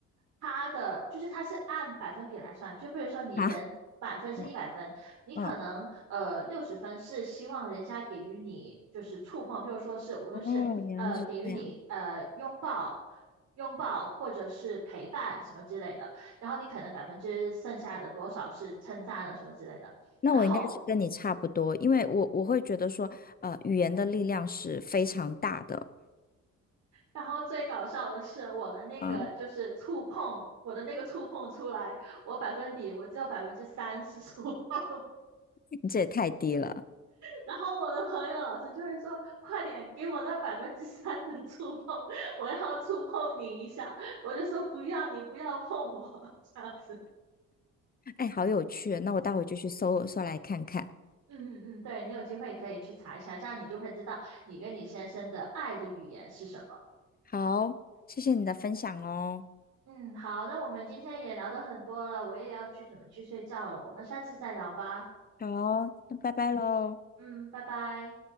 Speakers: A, on the right; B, on the left.
A: 他的就是他是按百分比来算，就比如说你人满分是一百分，
B: <laughs> 啊，嗯
A: 你可能呃六十分是希望人家给予你就是触碰，
B: 嗯，
A: 比如说是无论是呃给予你呃拥抱、
B: 哦，原来是这样。
A: 拥抱或者是陪伴什么之类的，然后你可能百分之剩下的多少是称赞了什么之类的，
B: 那我应该是跟你差不多，
A: 然后
B: 因为我我会觉得说，呃，语言的力量是非常大的。
A: 然后最搞笑的是我的那个就是触碰，
B: 嗯，
A: 我的那个触碰出来，我百分比我只有百分之三是触碰。
B: 你这也太低了。
A: 然后我的朋友老师就会说：“快点给我那百分之三的触碰，我要触碰你一下。”我就说：“不要，你不要碰我。<laughs>”这样子。
B: 哎，好有趣哦，那我待会就去搜搜来看看。
A: 嗯嗯嗯，对，你有机会可以去查一下，这样你就会知道你跟你先生的爱的语言是什么。
B: 好，谢谢你的分享哦。
A: 嗯，好，那我们今天也聊得很多了，我也要去准备去睡觉了，我们下次再聊吧。
B: 好，那拜拜喽。
A: 嗯，拜拜。